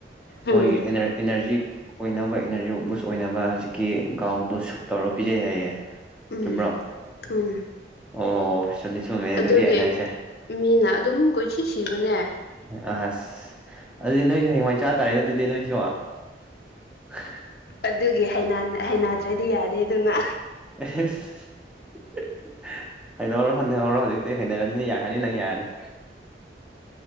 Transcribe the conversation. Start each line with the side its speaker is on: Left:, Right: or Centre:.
Centre: ꯃꯣꯏꯒꯤ
Left: ꯎꯝ
Centre: ꯏꯅꯔꯖꯤ ꯑꯣꯏꯅꯕ ꯏꯅꯔꯖꯤ ꯕꯨꯁ ꯑꯣꯏꯅꯕ ꯍꯧꯖꯤꯛꯀꯤ ꯒꯥꯎꯗꯣ ꯁꯨꯨꯞ ꯇꯧꯔꯒ ꯄꯤꯖꯩ ꯍꯥꯏꯌꯦ
Left: ꯎꯝ
Centre: ꯆꯨꯝꯕ꯭ꯔꯣ
Left: ꯎꯝ
Centre: ꯑꯣ ꯆꯨꯝꯃꯦ
Left: ꯑꯗꯨꯒꯤ
Centre: ꯑꯗꯨꯗꯤ ꯑꯩꯅ ꯍꯥꯏꯁꯦ
Left: ꯃꯤꯅ ꯑꯗꯨꯝ ꯀꯣꯏꯁꯤ ꯁꯤꯕꯅꯦ
Centre: ꯑꯁ ꯑꯗꯨꯗꯤ ꯅꯣꯏꯁꯨ ꯍꯌꯦꯋꯥꯏ ꯆꯥ ꯇꯥꯔꯦꯅꯦ ꯑꯗꯨꯗꯤ ꯅꯣꯏꯁꯨ ꯍ
Left: ꯑꯗꯨꯒꯤ ꯍꯩꯅꯥꯗ꯭ꯔꯗꯤ ꯌꯥꯗꯦ ꯑꯗꯨꯅ
Centre: ꯍꯥꯏꯥꯏꯅ ꯁꯗꯦꯍ ꯍꯥꯏꯖꯤ ꯑꯗꯨꯇꯩ ꯍꯩꯅꯔꯅꯤꯅ ꯌꯥꯔꯅꯤ ꯅꯪ ꯌꯥꯔꯅꯤ